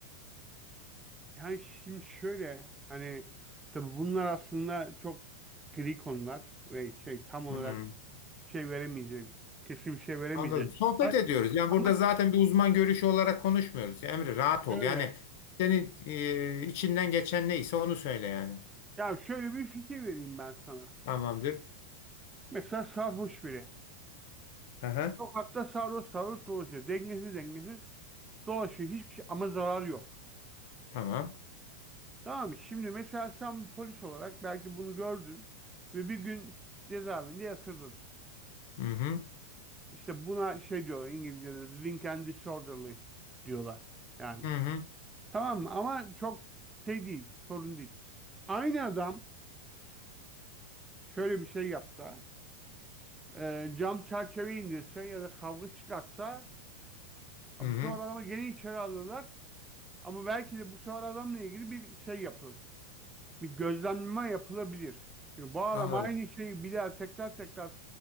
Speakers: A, on the right; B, on the left.
A: Yani şimdi şöyle hani tabii bunlar aslında çok gri konular ve şey tam olarak
B: Hmm,
A: şey veremeyeceğim. Kesin bir şey veremeyeceğim.
B: anladım. Sohbet ediyoruz. Yani
A: Ama
B: burada zaten bir uzman görüşü olarak konuşmuyoruz. Emre rahat ol.
A: şöyle.
B: Yani senin e, içinden geçen neyse onu söyle yani.
A: Ya şöyle bir fikir vereyim ben sana.
B: Tamamdır.
A: Mesela sarhoş biri.
B: Aha.
A: Sokakta sarhoş sarhoş dolaşıyor. Dengesiz dengesiz dolaşıyor. Hiçbir şey ama zarar yok.
B: Tamam.
A: Tamam mı? Şimdi mesela sen bir polis olarak belki bunu gördün ve bir gün cezaevinde yatırdın.
B: Hı hı.
A: İşte buna şey diyorlar İngilizce'de drink and disorderly diyorlar. Yani.
B: Hı hı.
A: Tamam mı? Ama çok şey değil. Sorun değil. Aynı adam şöyle bir şey yapsa e, cam çerçeve indirse ya da kavga çıkartsa ha,
B: Hı hı.
A: bu sefer adamı gene içeri alırlar. Ama belki de bu sefer adamla ilgili bir şey yapılır. Bir gözlemleme yapılabilir. Çünkü bu adam
B: Anladım.
A: aynı şeyi bir daha tekrar tekrar